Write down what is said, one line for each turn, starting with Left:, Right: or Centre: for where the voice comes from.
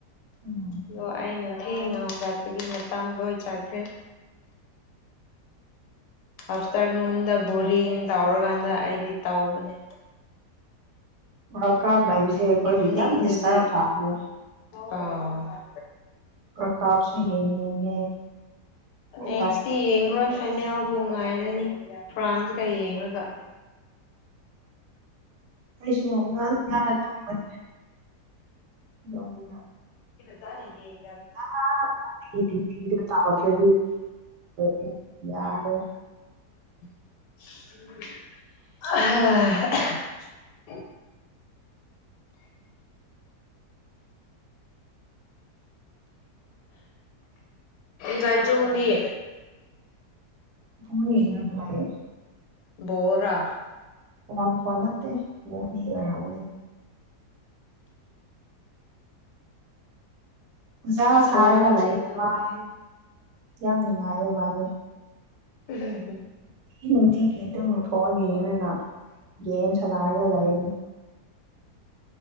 Right: ꯎꯝ
Left: ꯗꯣ ꯑꯩꯅꯥ ꯊꯦꯡꯅ ꯍꯧꯒꯠꯄꯒꯤ ꯃꯇꯝ ꯂꯣꯏ ꯆꯠꯈ꯭ꯔꯦ꯫ ꯑꯐꯇꯔ ꯅꯨꯟꯗ ꯕꯣꯔꯤꯡ ꯇꯥꯎꯔꯀꯥꯟꯗ ꯑꯩꯗꯤ ꯇꯥꯎꯕꯅꯦ꯫
Right: <unintelligible> ꯁꯤꯁꯦ ꯑꯩꯈꯣꯏꯕꯨ
Left: ꯏꯚꯤꯅꯤꯡꯗꯗꯤ
Right: ꯌꯥꯝ ꯗꯤꯁꯇꯔꯕ ꯇꯥꯋꯦ
Left: ꯑꯥ
Right: ꯄ꯭ꯔꯀꯥꯞꯁꯨ ꯌꯦꯡꯅꯤꯡꯉꯦ
Left: ꯅꯦꯛꯁ
Right: ꯎꯄꯥꯏ
Left: ꯌꯦꯡ ꯔꯣꯏ꯫ ꯐꯥꯏꯅꯦꯜꯕꯨ ꯉꯥꯏꯔꯅꯤ ꯐ꯭ꯔꯥꯟꯁꯀ ꯌꯦꯡꯉꯒ꯫
Right: ꯑꯩꯁꯨꯨ ꯉꯥꯡ ꯉꯅ ꯊꯣꯡꯕꯅꯦ <unintelligible>
Left: <unintelligible>
Right: <unintelligible>
Left: <unintelligible> <unintelligible> <unintelligible> ꯒꯥꯏ ꯆꯣꯡꯗꯤ
Right: ꯄꯨꯡ ꯌꯦꯡ ꯔꯒꯥ ꯂꯥꯀ
Left: ꯕꯔ‌ꯣꯔꯥ
Right: ꯐꯣꯟ ꯐꯣꯟ ꯅꯠꯇꯦ <unintelligible> ꯑꯣꯏꯔꯝꯒꯅꯤ ꯖꯥ
Left: ꯐꯣꯟꯁꯦ
Right: ꯁꯥꯔꯒꯥ ꯂꯩ ꯌꯦ
Left: ꯂꯣꯏꯔꯦꯍꯦ
Right: ꯃꯥꯗꯤ ꯌꯥꯝ ꯅꯨꯡꯉꯥꯏꯌꯦ ꯃꯥꯗꯤ꯫
Left: <unintelligible>
Right: ꯅꯨꯡꯇꯤ ꯅꯨꯡꯇꯤꯒꯤ ꯑꯗꯨꯝꯕ ꯐꯣꯟ ꯌꯦꯡꯔꯒ ꯒꯦꯝ ꯁꯥꯟꯅꯔꯒ ꯂꯩꯔꯅꯤ꯫